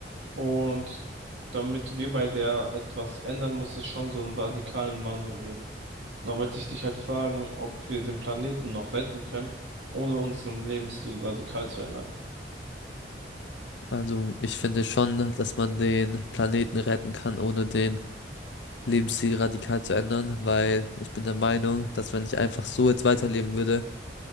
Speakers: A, on the right; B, on the left.
A: Und damit wir bei der etwas ändern, muss es schon so einen radikalen Wandel geben. Und da wollte ich dich halt fragen, ob wir den Planeten noch retten können, ohne unseren Lebensstil radikal zu ändern.
B: Also ich finde schon, dass man den Planeten retten kann, ohne den Lebensstil radikal zu ändern, weil ich bin der Meinung, dass wenn ich einfach so jetzt weiterleben würde,